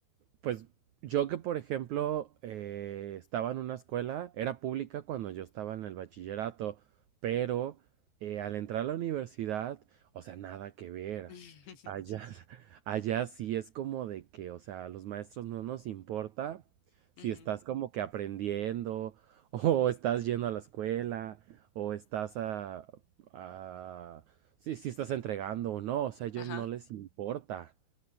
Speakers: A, on the right (about 80°); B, on the left (about 85°).
A: Pues yo que, por ejemplo, eh, estaba en una escuela, era pública cuando yo estaba en el bachillerato, pero eh, al entrar a la universidad, o sea, nada que ver.
B: <laughs>
A: Allá, <laughs>
B: Sí.
A: allá sí es como de que, o sea, a los maestros no nos importa si
B: Ujú.
A: estás como que aprendiendo, <laughs> o estás yendo a la escuela, o estás a, a- si, si estás entregando o no, o sea, a ellos
B: Ajá.
A: no les importa.